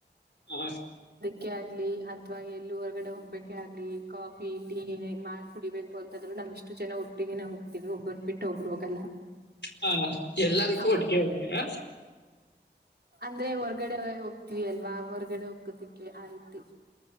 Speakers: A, on the left; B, on the right.
A: ಅ
B: ಕೆ ಆಗ್ಲಿ ಅಥ್ವಾ ಎಲ್ಲಿೂ ಹೊರ್ಗಡೆ ಹೋಗ್ಬೇಕೆ ಆಗ್ಲಿ ಕಾಫಿ ಟೀ ಮಾಡ ಕುಡಿಬೇಕು ಅಂತಂದ್ರು ನಮ್ ಇಷ್ಟು ಜನ ಒಟ್ಟಿಗೆ ಹೋಗ್ತಿೀವಿ ಒಬ್ಬರು ಬಿಟ್ಟ ಒಬ್ರು ಹೋಗಲ್ಲ
A: ಹಾ ಎಲ್ಲದಕ್ಕೂ
B: ಹ
A: ಒಟಿಕೆ ಹೋಗ್ತೀರಾ
B: ಅಂದ್ರೆ ಹೊರ್ಗಡೆ ಹೋಗ್ತವಿ ಅಲ್ವಾ ಹೊರ್ಗಡೆ ಹೋಗೋದಿಕ್ಕೆ ಆ ರೀತಿ